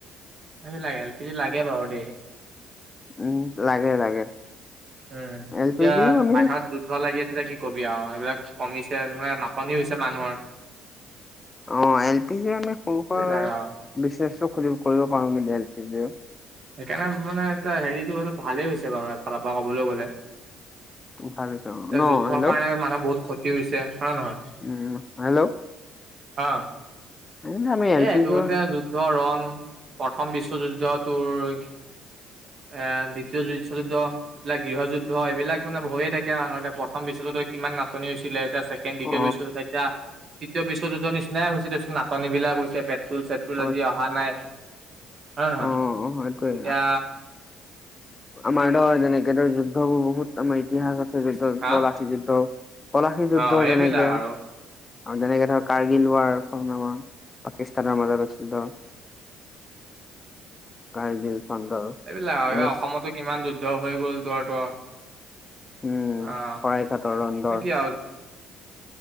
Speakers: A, on the right; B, on the left.
A: কি লাগে এল পি জি লাগে বাৰু দেই
B: উম লাগে লাগে।
A: উ।
B: এল
A: এতিয়া
B: পি জিও আমি
A: পাইখানাত যুদ্ধলে লাগি আছিলে কি কবি আৰু এইবিলাক কমিছে মানে নাটনি হৈছে মানুহৰ।
B: অ এল পি জি মানে সৰু
A: সেইবিলাক
B: সুৰা
A: আৰু
B: বিজনেছ চব খুলি কৰিব পাৰো মানে এল পি যে -
A: সেইকাৰণে মানে এ হেৰিটো অলপ ভালেই হৈছে বাৰু এফালৰ পৰা ক'বলৈ গলে।
B: ভাল হৈছে অ
A: এ
B: ন
A: যুদ্ধৰ
B: হেল্ল'
A: কাৰণে মানুহ বহুত ক্ষতি হৈছে। হয় নে নহয়
B: উম হেল্ল'।
A: অ
B: উম আমি এলপিজি
A: এ এইটো যুদ্ধ ৰণ প্ৰথম বিশ্বযুদ্ধ তোৰ। এ দ্বিতীয় বিশ্বযুদ্ধ এইবিলাক গৃহযুদ্ধ এইবিলাক মানে হয়ে থাকে। মানহ প্ৰথম বিশ্ব যুদ্ধই ইমান নাটনি হৈছিলে এতিয়া ছেকেণ্ড দ্বিতীয়
B: অ
A: বিশ্ব এতিয়া তৃতীয় বিশ্ব যোৰ নিচিনাই হৈছিলে নাটনি বিলাক হৈছে পেট্ৰল চেট্ৰল
B: অ
A: আজি অহা নাই। হয় নহয়
B: অ সেইটোৱে
A: এতিয়া
B: ম‌ই‌ ত' তেনেকে ধৰ যুদ্ধবোৰ বহুত আমাৰ ইতিহাস আছে যুদ্ধ
A: হা
B: পলাচী যুদ্ধ। পলাশী যুদ্ধ
A: অ এইবিলাক
B: যেনেকে-
A: আৰু
B: আৰু তেনেকে ধৰ কাৰ্গিল ৱাৰ খন নামৰ পাকিস্তানৰ মাজত আছিল। কাৰ্গিল খন ধৰ
A: এইবিলাক আৰু
B: ঊনৈশ
A: এই অসমতো কিমান যুদ্ধ হৈ গ'ল ধৰা ত
B: উম
A: অ
B: শৰাইঘাটৰ ৰন্ধৰ
A: কৈ দিয়া